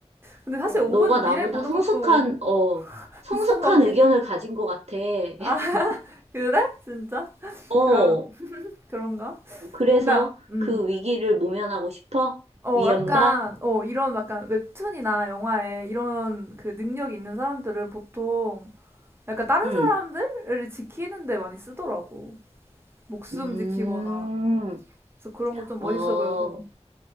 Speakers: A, on the right; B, on the right.
A: 근데 사실 5분
B: 너가 나보다
A: 미래 보는
B: 성숙한,
A: 것도
B: 어,
A: <laughs>
B: 성숙한
A: 비슷한 것 같긴.
B: 의견을 가진 것 같아.
A: 아,
B: <laughs>
A: <laughs> 그래? 진짜?
B: 어,
A: 그럼, 그런가?
B: 그래서
A: 뭔가, 음,
B: 그 위기를 모면하고 싶어?
A: 어,
B: 위험과?
A: 약간, 어, 이런 약간 웹툰이나 영화에 이런 그 능력이 있는 사람들은 보통 약간 다른
B: 응.
A: 사람들을 지키는 데 많이 쓰더라고. 목숨
B: 음,
A: 지키거나. 그래서 그런 거 좀
B: 어,
A: 멋있어 보여서.